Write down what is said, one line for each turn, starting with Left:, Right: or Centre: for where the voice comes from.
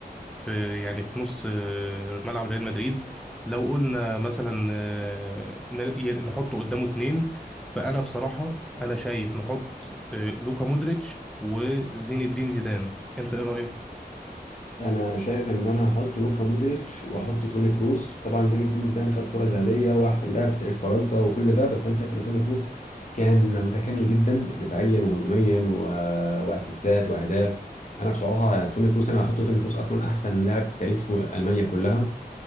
Centre: في يعني في نص آه، ملعب ريال مدريد لو قلنا مثلا آه، ن- ي- نحطه قدامه اتنين فانا بصراحه انا شايف نحط آه، لوكا مودريتش وزين الدين زيدان انت ايه رايك
Left: انا شايف ان انا هحط لوكا مودريتش واحط توني كروس طبعا زين الدين زيدان خد كرة ذهبية واحسن لاعب في تاريخ فرنسا وكل ده بس انا شايف ان توني كروس كان متكامل جدا دفاعيا وهجوميا و... واسيستات واهداف انا بصراحة توني كروس انا هحط توني كروس اصلا احسن لاعب في تاريخ المانيا كلها